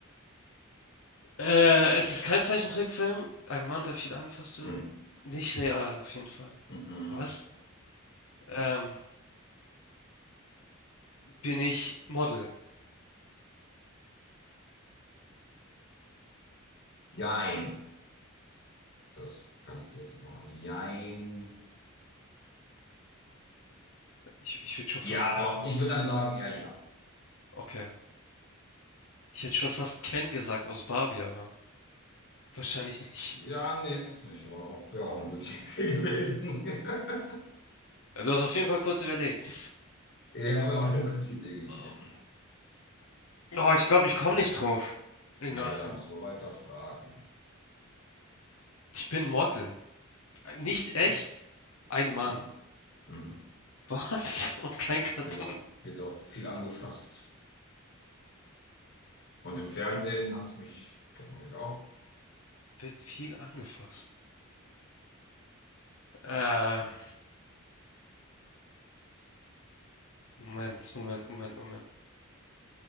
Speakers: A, on the left (about 80°); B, on the left (about 55°).
A: Äh, es ist kein Zeichentrickfilm. Ein Mann, der viel angefasst wird.
B: Hm,
A: Nicht real auf jeden Fall.
B: mhm.
A: Was? Ähm, bin ich Model?
B: Jein. Das kann ich dir jetzt noch machen. Jein.
A: Ich ich würde schon fast
B: Ja, doch, ich würde dann sagen, ja, ja.
A: okay. Ich hätte schon fast Ken gesagt aus Barbie, aber wahrscheinlich nicht.
B: Ja, nee, ist es nicht, aber auch, wäre auch eine gute Idee gewesen. <laughs>
A: Also, du hast auf jeden Fall kurz überlegt.
B: Ja, wäre auch eine gute Idee gewesen.
A: Ähm, Oh, ich glaube, ich komme nicht drauf. Ignacio.
B: Naja, da muss man weiter fragen.
A: Ich bin Model. Nicht echt?
B: Ja.
A: Ein Mann.
B: Hm. Mhm.
A: Was? <laughs> Und kein Cartoon.
B: Wird auch, wird auch viel angefasst. Und im Fernsehen hast du mich, kennt man mich auch.
A: Wird viel angefasst. Ähm, Moment, Moment, Moment, Moment.